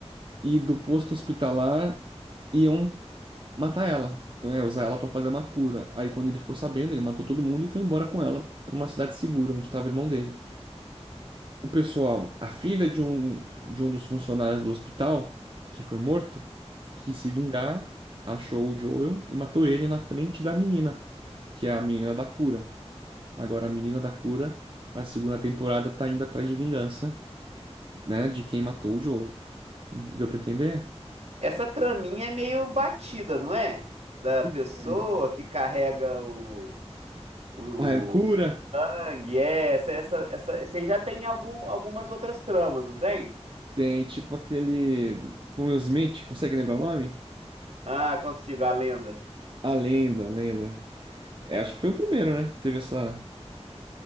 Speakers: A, on the right (about 50°); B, on the right (about 75°).
A: e do posto hospitalar iam matar ela, né, usar ela para fazer uma cura. Aí quando ele ficou sabendo, ele matou todo mundo e foi embora com ela para uma cidade segura onde estava o irmão dele. O pessoal, a filha de um de um dos funcionários do hospital que foi morto, quis se vingar, achou o Joel e matou ele na frente da menina, que é a menina da cura. Agora, a Menina da Cura, na segunda temporada, tá indo atrás de vingança, né? De quem matou o Joel. Deu pra entender?
B: Essa traminha é meio batida, não é? Da
A: Entendi.
B: pessoa que carrega o, o
A: A Cura
B: sangue, é, essa, essa, essa, você já tem algum, algumas outras tramas, não tem?
A: tem, tipo, aquele... Como Will Smith, consegue lembrar o nome?
B: Ah, consigo, a lenda.
A: A Lenda, a Lenda. É, acho que foi o primeiro, né? Que teve essa,